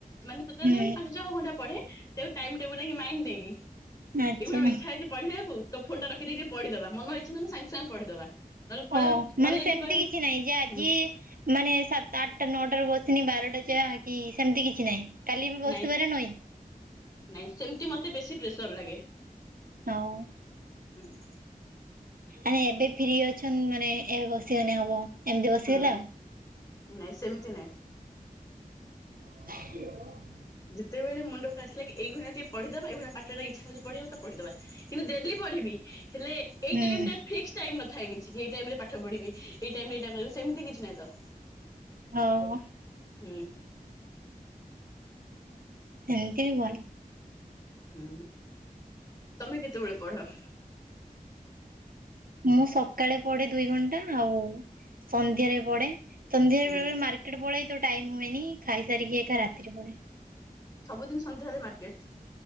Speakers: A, on the left (about 20°); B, on the right (about 70°).
A: ମାନେ ଟୋଟାଲି
B: ହୁଁ
A: ମୁଁ ପାଞ୍ଚ ଛଅ ଘଣ୍ଟା ପଢେ ଟେଉ ଟାଇମ୍ ଟେବୁଲ ହିଁ ମାଇଣ୍ଡ ଦେଇକି।
B: ଆଚ୍ଛା
A: ଏଇଭଳିଆ ଇଛା ଅଛି ପଢିବାକୁ ତ ଫୋନ ଟା ରଖି ଦେଇ ଟି ପଢିଦବା ମନ ହେଇଛି ମାନେ ସାଙ୍ଗେ ସାଙ୍ଗେ ପଢିଦବା। ନହେଲେ ପରେ
B: ଓ
A: ପରେ
B: ମାନେ ସେମିତି
A: ଯଦି କହିବୁ
B: କିଛି ନାହିଁ ଯା ଆଜି
A: ହୁଁ
B: ମାନେ ସାତ ଆଟା ନଅଟାରୁ ବସିନି ବାରଟା ଯାଏ କି ସେମିତି କିଛି ନାହିଁ। କାଲି ବି ବସିିବାରେ
A: ନାଇଁ
B: ନଇଁ।
A: ନାଇଁ ସେମିତି ମତେ ବେଶୀ ପ୍ରେସର ଲାଗେ।
B: ଆଉ।
A: ହୁଁ ନା।
B: ଆରେ ଏବେ ଫ୍ରି ଅଛନ୍ ମାନେ ଏବେ ବସିଗନି ହବ ଏମିତି ବସିଗଲା
A: ହୁଁ।
B: ଆଉ।
A: ନାଇଁ ସେମିତି ନାଇଁ।
B: ହ <unintelligible>
A: ଯେତେବେଳେ ମୁଣ୍ଡକୁ ଆସିଲାଗି ଏଇ ଭଳିଆ ଟିକେ ପିଢି ଦବା ଏଇ ଭଳିଆ ପାଠର ଇଛା ହଉଛି ପଢିବାକୁ ତ ପଢିଦବା କିନ୍ତୁ ଡେଲି ପଢିବି ହେଲେ ଏଇ
B: ହୁଁ
A: ଟାଇମ୍ ଟା ଫିକ୍ସ ଟାଇମ୍ ନ ଥାଏ କିଛି ଏଇ ଟାଇମ୍ ରେ ପାଠ ପଢିବି ଏଇ ଟାଇମ୍ ଏଇ ଟା କରିବି ସେମତି କିଛି ନାହିଁ ତ।
B: ହଉ
A: ସେରା ହୁଁ।
B: ସେମତି ହୁଅନି।
A: ହୁଁ ତମେ କେତେବେଳ ପଢ।
B: ମୁଁ ସକାଳେ ପଡେ ଦୁଇ ଘଣ୍ଟା ଆଉ ସନ୍ଧ୍ୟାରେ ପଡେ ସନ୍ଧ୍ୟାରେ
A: ହୁଁ
B: ବେଳେ ବେଳେ ମାରେ ଟେ ପଳେଇ ତ ଟାଇମ୍ ହୁଏନି ଖାଇସାରିକି ଏକା ରାତିରେ ପଢେ।
A: ସବୁଦିନ୍‌ ସନ୍ଧ୍ୟାବେଳେ ମାର୍କେଟ୍।